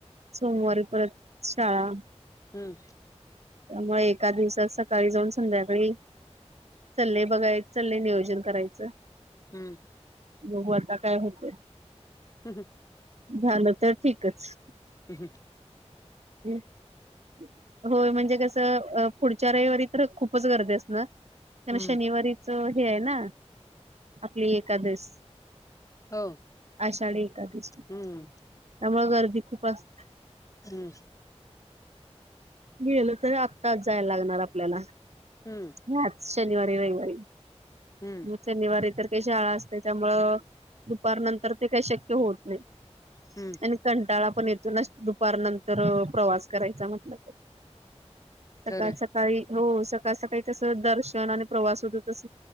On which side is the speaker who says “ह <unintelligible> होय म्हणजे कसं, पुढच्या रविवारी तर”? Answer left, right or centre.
Right